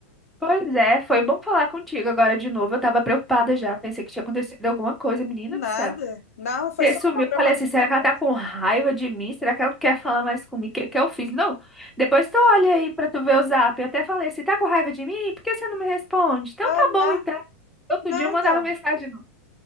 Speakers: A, in the centre; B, on the left (about 85°).
A: Pois é, foi bom falar contigo agora de novo. Eu tava preocupada já. Pensei que tinha acontecido alguma coisa, menina
B: Nada.
A: do céu.
B: Não, foi
A: Você
B: só
A: sumiu,
B: um problema
A: eu falei assim:
B: da internet.
A: será que ela tá com raiva de mim? Será que ela não quer falar mais comigo? O que que eu fiz? Não. Depois tu olha aí pra tu ver o zap. Eu até falei assim: tá com raiva de mim? Por que você não me responde? Então
B: Ah,
A: tá
B: não.
A: bom, então. Outro
B: Não,
A: dia eu mandava
B: então.
A: mensagem. não.